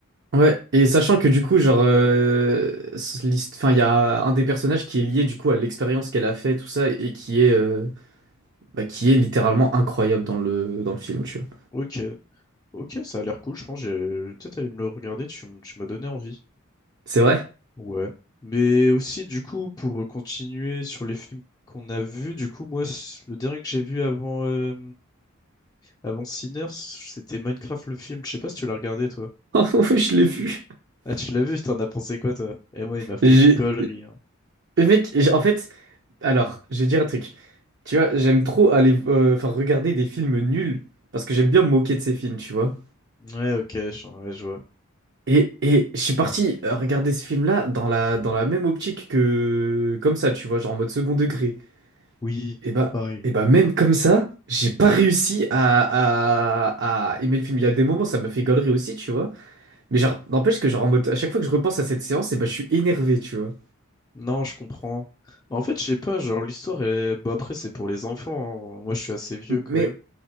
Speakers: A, on the right (about 55°); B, on the left (about 15°).
A: Ouais, et sachant que du coup, genre, euh, ce- l'hist- enfin, il y a un des personnages qui est lié du coup à l'expérience qu'elle a fait, tout ça, et qui est, euh, bah, qui est littéralement incroyable dans le, dans le film, tu vois.
B: Ok, Ok, ça a l'air cool, je pense. J'ai peut-être aller me le regarder, tu, m- tu m'as donné envie.
A: C'est vrai?
B: Ouais. Mais aussi, du coup, pour continuer sur les films qu'on a vus, du coup, moi, c- le dernier que j'ai vu avant, euh, avant Sinners, c'était Minecraft le film. Je sais pas si tu l'as regardé, toi.
A: <laughs> oh ouais, je l'ai vu.
B: Ah, tu l'as vu, t'en as pensé quoi, toi? Eh, moi, il m'a fait
A: J'ai,
B: gollerie. hein.
A: Mais mec, j'ai- en fait, alors, je vais dire un truc. Tu vois, j'aime trop aller, euh, enfin, regarder des films nuls parce que j'aime bien me moquer de ces films, tu vois.
B: Ouais, ok, je, ouais, je vois.
A: Et, et je suis parti euh, regarder ce film-là dans la, dans la même optique que comme ça, tu vois, genre en mode second degré.
B: Oui,
A: Et bah,
B: pareil.
A: et bah même comme ça, j'ai pas réussi à, à, à aimer le film. Il y a des moments, ça m'a fait galerie aussi, tu vois. Mais genre, n'empêche que genre en mode, à chaque fois que je repense à cette séance, et bah, je suis énervé, tu vois.
B: Non, je comprends. Bah, en fait, je sais pas, genre, l'histoire est... Bah, après, c'est pour les enfants. hein. Moi, je suis assez vieux
A: M-
B: quand
A: Mais,
B: même.